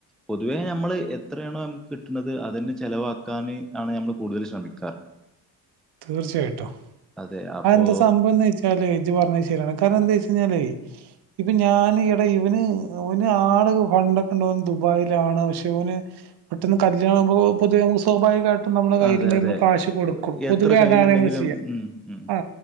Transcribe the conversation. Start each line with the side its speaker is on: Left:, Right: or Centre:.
Centre: പൊതുവേ ഞ നമ്മള് എത്രയാണോ നമുക്ക് കിട്ടുന്നത് അതങ്ങ് ചെിലവാക്കാന് ആണ് നമ്മള് കൂടുതൽ ശ്രമിക്കാറ്
Right: തീർച്ചയായിട്ടും
Centre: അതെ അപ്പോ
Right: അ എന്താ സംഭവംന്ന് വച്ച അല്ലേ ഇജ്ജ് പറഞ്ഞത് ശരിയാണ് കാരണം എന്താ വെച്ച് കഴിഞ്ഞാല് ഇപ്പൊ ഞാൻ ഇടെ ഇവന് ഓന് ആള് ഫണ്ടൊക്കെണ്ടൻ ദുബായിലാണ് പക്ഷെ ഇവന് പെട്ടന്ന് കല്യാണാവുമ്പോ പൊതുവെ സ്വാഭാവികായിട്ടും നമ്മുടെ കയ്യിലുണ്ടാർന്ന
Centre: അതെ അതെ
Right: കാശ് കൊടുക്കും
Centre: എത്ര
Right: അത്
Centre: കയ്യിലുണ്ടെങ്കിലും
Right: അതാണ് നമ്മൾ ചെയ്യാ
Centre: ഉം ഉം
Right: ആ